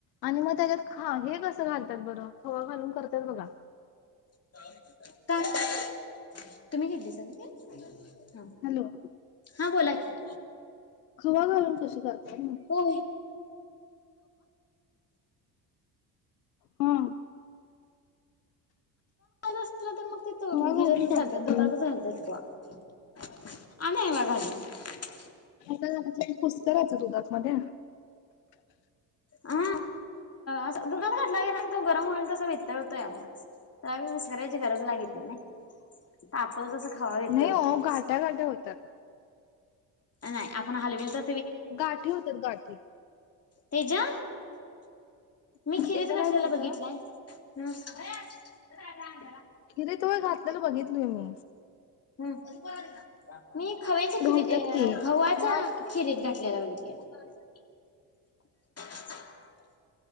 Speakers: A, on the left; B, on the left.
A: आणि मग त्याच्यात खा हे कस घालतात बरं हवा घालून करतायत बघा
B: 'मुक्त आहे का' काय तुम्ही घेतली सग ते ह
A: हॅलो
B: हा बोला क
A: खवा घालून कशी करतात
B: होऊ
A: हा
B: अस तर मग ते
A: खवा
B: घिजतच
A: घालून
B: <unintelligible> घालतात
A: करतात
B: दुधातच घालतात का ह <unintelligible> आलंय वाघाली- <unintelligible>
A: त्या 'पुस्करायचं दुधात कमध्या - <unintelligible>
B: हा -अस दुधात घटला गे तो गरम होईल तस वित्तळतोय म्हच तर आ्ही उस्करायची गरज लागत नाही ना ता प तस खावावीेत
A: नाही
B: होते.
A: हो
B: <inaudible>
A: गाठ्या गाठ्या होतात.
B: नाही आपण हलविल तर
A: गाठी होतात गाठी-
B: तेच्या- <unintelligible> मी खिरीत
A: एकदा
B: घाठलेला
A: काय झालत
B: बघितलंय ह
A: खिरीत होय घातलेलं बघितलोय मी.
B: <inaudible> मी खवच्या खिरी
A: घालतात की
B: गववाच्या
A: छान
B: खिरीत घठ- <unintelligible> कॅलरोचियांत <unintelligible>